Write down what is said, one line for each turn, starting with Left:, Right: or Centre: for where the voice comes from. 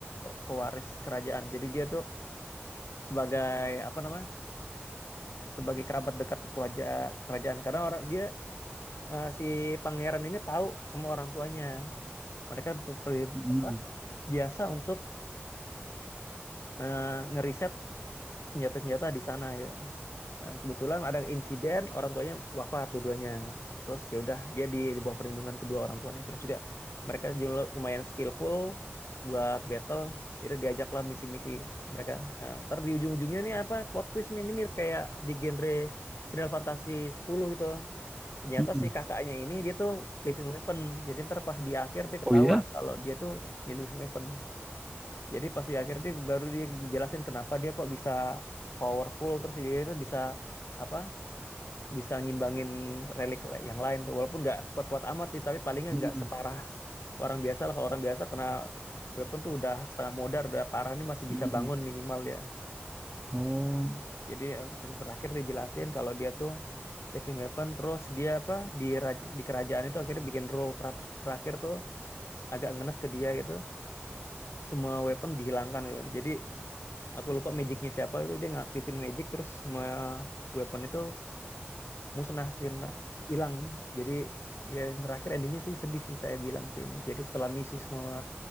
Left: pewaris kerajaan jadi dia tuh sebagai apa namanya sebagai kerabat dekat kerajaan kerajaan karena orang dia eh, si pangeran ini tahu sama orang tuanya mereka per- per-
Centre: mm-mm,
Left: apa biasa untuk eh, ngeriset senjata-senjata di sana ya Nah, kebetulan ada insiden orang tuanya wafat dua-duanya. Terus ya udah dia di, di bawah perlindungan kedua orang tuanya. Terus juga mereka juga lumayan skillful buat battle. Jadi diajaklah misi-misi mereka. Nah, ntar di ujung-ujungnya nih apa plot twist nih, ini mirip kayak di genre Final Fantasy sepuluh itu Ternyata
Centre: mm-mm.
Left: si kakaknya ini dia tuh living weapon. Jadi ntar pas di akhir dia ketahuan
Centre: Oh iya,
Left: kalau dia tuh ya living weapon. Jadi pas di akhir dia baru dia jelasin kenapa dia kok bisa powerful terus dia itu bisa apa bisa ngimbangin relik le- yang lain tuh walaupun nggak kuat-kuat amat sih tapi palingnya
Centre: mm-mm,
Left: nggak separah orang biasa lah kalau orang biasa kena weapon tuh udah setengah modar udah parah nih masih
Centre: mm-mm.
Left: bisa bangun minimal dia
Centre: Oh,
Left: jadi ya, ter terakhir dijelasin kalau dia tuh living weapon terus dia apa di raj- di kerajaan itu akhirnya bikin rule perat- terakhir tuh agak ngenes ke dia gitu semua weapon dihilangkan gitu. jadi aku lupa magicnya siapa itu dia ngaktifin magic terus semua weapon itu musnah sih na- hilang jadi ya terakhir endingnya sih sedih sih saya bilang sih ini jadi setelah misi semua